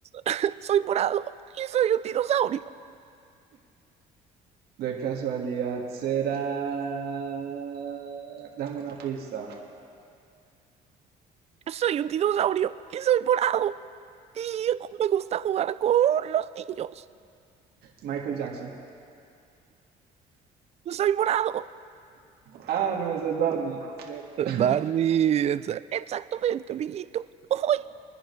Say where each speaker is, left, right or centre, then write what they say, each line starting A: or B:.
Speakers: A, on the right; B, on the right.
A: <laughs> soy morado y soy un dinosaurio.
B: De casualidad será. Dame una pista.
A: Soy un dinosaurio y soy morado. Y me gusta jugar con los niños.
B: Michael Jackson.
A: Soy morado.
B: Ah, no, ese es Barney, ¿cierto?
A: Barney, exa- exactamente, amiguito. Uy.